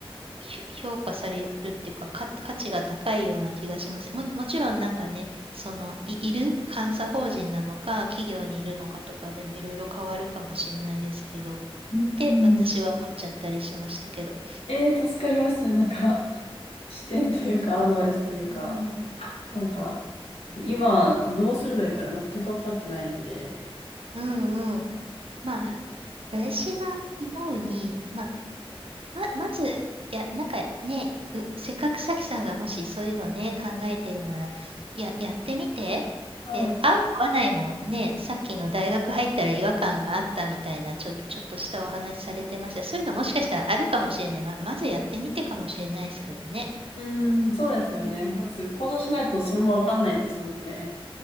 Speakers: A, on the right; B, on the left.
A: ひ評価されるっていうか、か価値が高いような気がします。も、もちろんなんかね、その、い、いる監査法人なのか、企業にいるのかとかでもいろいろ変わるかもしれないですけど、っ
B: うん。
A: て私は思っちゃったりしましたけど。
B: えー、助かります。なんか、視点というか、
A: うん。
B: アドバイスというか、
A: うん。
B: なんか、今、どうすればいいか全く分かってないんで、
A: うんうん。まあ、
B: はい。
A: 私が思うに、まあま、まず、いや、なんかね、うせっかくさきさんがもしそういうのね、考えてるなら、いや、やってみて。
B: はい。
A: で、合う合わないもね、さっきの大学入ったら違和感があったみたいな、ちょ、ちょっとしたお話されてました。そういうのもしかしたらあるかもしれない。ま、まずやってみてかもしれないですけどね。
B: うん、そうですよね。
A: うん、
B: まず行動しないとそれもわかんないですもんね。